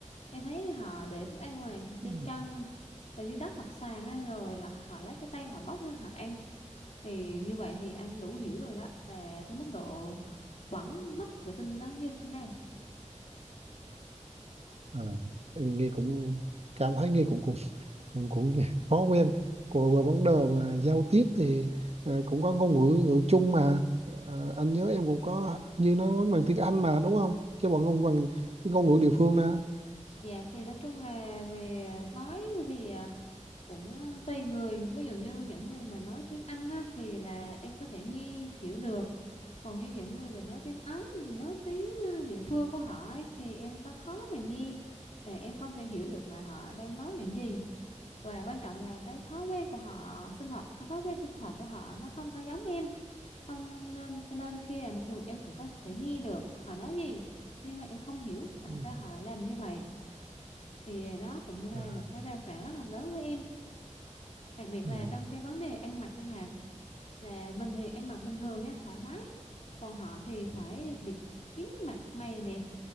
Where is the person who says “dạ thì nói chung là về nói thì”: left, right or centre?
Left